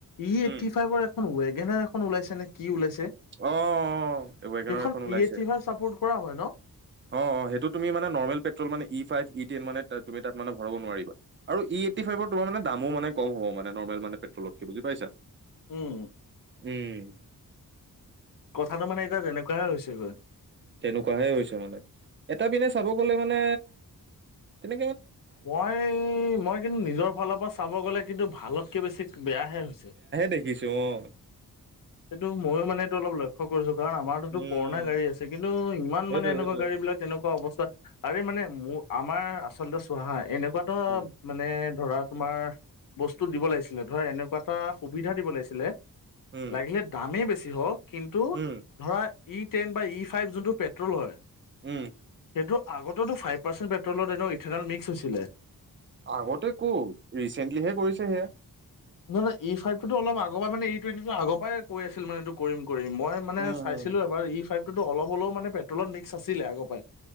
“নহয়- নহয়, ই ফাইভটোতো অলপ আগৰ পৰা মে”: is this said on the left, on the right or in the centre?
Left